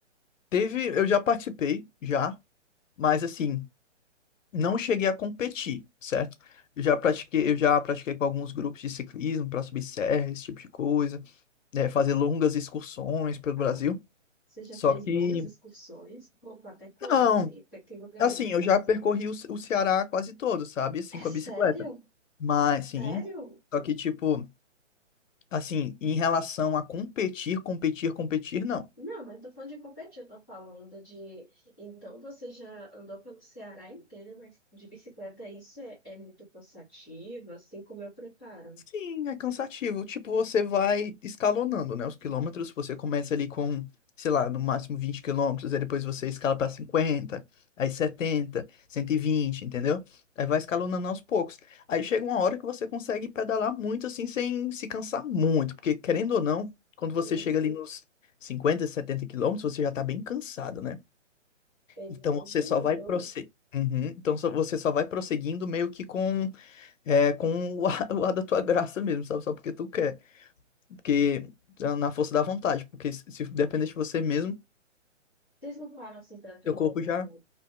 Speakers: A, on the left (about 85°); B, in the centre.
A: Teve, eu já participei, já, mas assim, não cheguei a competir, certo? Eu já pratiquei, eu já pratiquei com alguns grupos de ciclismo para subir serra, esse tipo de coisa, né, fazer longas excursões pelo
B: Para.
A: Brasil.
B: Você já
A: Só
B: fez
A: que,
B: longas excursões? Conta até quando
A: não,
B: assim? Até que lugares?
A: assim, eu já percorri o, Ce- o Ceará quase todo, sabe? Assim,
B: É
A: com
B: sério?
A: a bicicleta. Mas,
B: Sério?
A: sim, só que, tipo, assim, em relação a competir, competir, competir, não.
B: Não, mas eu tô falando de competir, eu tô falando de. Então você já andou pelo Ceará inteiro, mas de bicicleta isso é, é muito cansativo, assim como eu preparo.
A: Sim, é cansativo. Tipo, você vai escalonando, né? Os quilômetros, você começa ali com, sei lá, no máximo 20 quilômetros, aí depois você escala para cinquenta aí setenta cento e vinte entendeu? Aí vai escalonando aos poucos. Aí chega uma hora que você consegue pedalar muito assim, sem se cansar muito, porque querendo
B: Nossa.
A: ou não, quando você
B: Hum,
A: chega ali nos cinquenta 70 quilômetros, você já tá bem cansado, né?
B: eu
A: Então
B: imagino.
A: você só vai prosseguir. Então só- você só vai prosseguindo meio que com é com o ar, <laughs> o ar da tua graça mesmo, sabe? Só porque tu quer. Porque tá na força da vontade. Porque se, se depender de você mesmo,
B: Vocês não param assim para tomar
A: teu corpo
B: um
A: já.